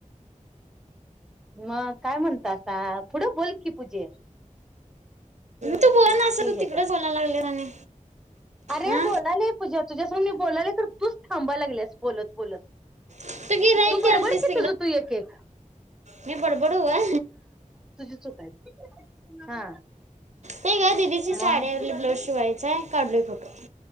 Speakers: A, in the centre; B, on the right (about 60°).
A: म काय म्हणतासा पुढं बोल कि पूजे.
B: तू बोलना असं
A: ते
B: तू
A: हेच
B: तिकडेच
A: आहे
B: बोला लागल्या आणि
A: अरे
B: हा
A: बोलायला ये पूजा तुझ्या मी बोलालोय तर तूच थांबा लागल्यास बोलत-बोलत.
B: तू गिराईक
A: तू
B: द्यालतीस
A: बडबड की तुझं तू एक-एक.
B: मी बड बडू होय,
A: चूक आहे हा
B: ते ग दिदीची साडीला
A: मग
B: ब्लाऊज शिवायच आहे, काढलोय फोटो,